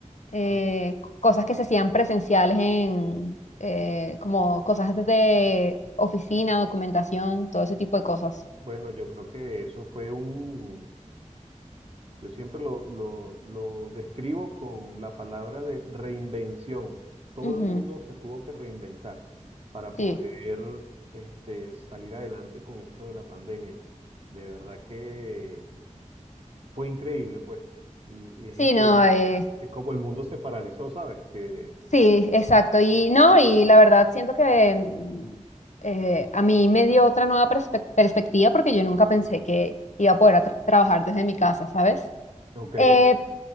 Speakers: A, on the left (about 65°); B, on the right (about 50°).
A: eh,
B: bu-
A: c- cosas que se hacían presenciales en, eh, como cosas de oficina, documentación, todo ese tipo de cosas.
B: bueno, yo creo que eso fue un, Yo siempre lo, lo, lo describo con la palabra de reinvención. Todo
A: Ujú,
B: el mundo se tuvo que reinventar para poder
A: sí,
B: este, salir adelante con esto de la pandemia. De verdad que fue increíble, pues. Y, y es
A: sí,
B: increíble
A: no, eh,
B: cómo el mundo se paralizó, ¿sabes? Que,
A: Sí, exacto. Y no, y la verdad siento que mm, eh, a mí me dio otra nueva perspe- perspectiva porque yo nunca pensé que iba a poder a tra- trabajar desde mi casa, ¿sabes?
B: ok,
A: Eh,